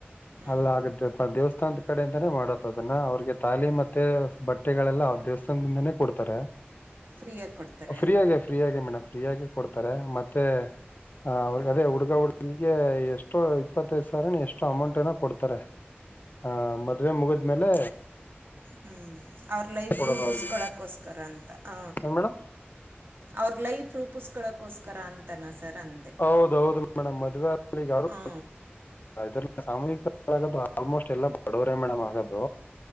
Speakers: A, on the right; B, on the left.
A: ಹ್ಞೂ
B: ಅಲ್ಲ ಹಾಗ ದೇವಸ್ಥಾನದ ಕಡೆಯಿಂದಾನೇ ಮಾಡತ್ ಅದನ್ನ ಅವ್ರಿಗೆ ತಾಲಿ ಮತ್ತೆ ಬಟ್ಟೆಗಳೆಲ್ಲ ಅವ ದೇವಸ್ ಕೊಡ್ತಾರೆ
A: ಫ್ರೀಯಾಗಿ ಕೊಡ್ತಾರೆ
B: ಫ್ರೀ ಆಗೆ ಫ್ರೀ ಆಗೆ ಮೇಡಮ್ ಫ್ರೀಯಾಗಿ ಕೊಡ್ತಾರೆ ಮತ್ತೆ ಅವ್ರಿಗೆ
A: ಹ್ಞೂ
B: ಅದೇ ಹುಡುಗ ಹುಡುಗಿಗೆ ಎಷ್ಟೋ ಇಪ್ಪತ್ತೈದು ಸಾವಿರ ಎಷ್ಟು ಅಮೌಂಟ್ ಏನ ಕೊಡ್ತಾರೆ ಆ ಮದ್ವೆ ಮುಗದ್ಮೇಲೆ
A: ಹ್ಮ್ ಅವ್ರ ಲೈಫ
B: ಕೊಡೋದು
A: ರೂಪ
B: ಅವ್ರಿಗೆ
A: ಉಸ್ಕೊಳಕೋಸ್ಕರ ಹ
B: ಏನ್ ಮೇಡಮ್
A: ಅವ್ರ ಲೈಫ ರೂಪಸ್ಕಕೋಸ್ಕರ ಅಂತಾನ ಸರ್ ಅಂದೆ
B: ಹೌದೌದು ಮೇಡಮ್ ಮದವೆ ರು
A: ಹ್ಞೂ
B: ಇದ್ರಲ್ಲ ಸಾಮೂಹಿಕಗದು ಆಲ್ಮೋಸ್ಟ್ ಎಲ್ಲ ಬಡವರೇ ಮೇಡಮ್ ಆಗೋದು